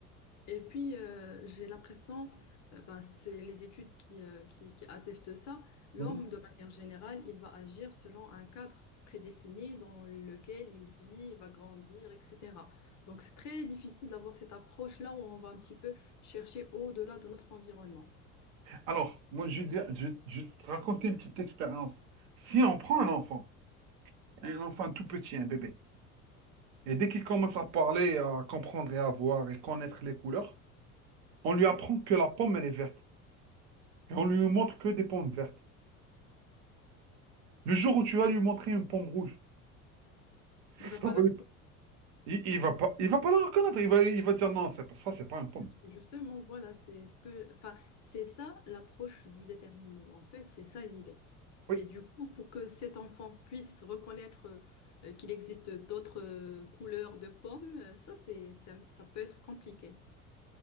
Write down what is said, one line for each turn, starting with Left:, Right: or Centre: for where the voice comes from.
Left: Et puis, euh, j'ai l'impression, euh, ben, c'est les études qui, euh, qui, qui attestent ça, l'homme,
Right: Mhm.
Left: de manière générale, il va agir selon un cadre prédéfini dans lequel il vit, il va grandir, etc. Donc, c'est très difficile d'avoir cette approche-là où on va un petit peu chercher au-delà de notre environnement.
Right: Alors, moi, je vais, dire- je, je vais te raconter une petite expérience. Si on prend un enfant, un enfant tout petit, un bébé, et dès qu'il commence à parler, à comprendre et à voir et connaître les couleurs, on lui apprend que la pomme, elle est verte. Et on lui montre que des pommes vertes. Le jour où tu vas lui montrer une pomme rouge, ça
Left: Il ne va pas
Right: va,
Left: la
Right: il, il va pas, il va pas la reconnaître. Il va, il va dire non, c'est pas ça, c'est pas une pomme.
Left: C'est justement, voilà, c'est ce que, enfin, c'est ça l'approche du déterminisme. En fait, c'est ça l'idée.
Right: Oui,
Left: Et du coup, pour que cet enfant puisse reconnaître euh, qu'il existe d'autres euh, couleurs de pommes, euh, ça, c'est, ça, ça peut être compliqué.